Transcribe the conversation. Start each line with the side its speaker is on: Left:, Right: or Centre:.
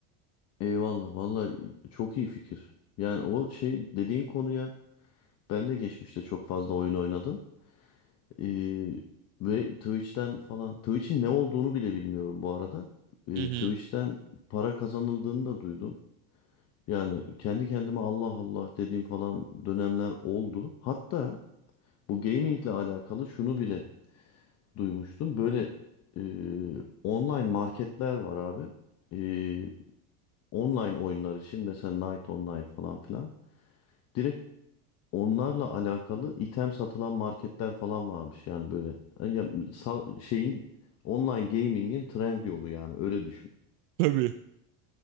Left: Eyvallah. Vallahi çok iyi fikir. Yani o şey dediğin konuya ben de geçmişte çok fazla oyun oynadım. Ee, ve Twitch'ten falan. Twitch'in ne olduğunu bile bilmiyorum bu arada. Ee,
Right: Hı hı.
Left: Twitch'ten para kazanıldığını da duydum. Yani kendi kendime Allah Allah dediğim falan dönemler oldu. Hatta Bu gamingle alakalı şunu bile duymuştum. Böyle e, online marketler var abi. E, online oyunlar için mesela Night Online falan filan. Direkt onlarla alakalı item satılan marketler falan varmış. Yani böyle yani ya- sa- şeyin online gaming'in trend yolu yani öyle düşün.
Right: Tabii.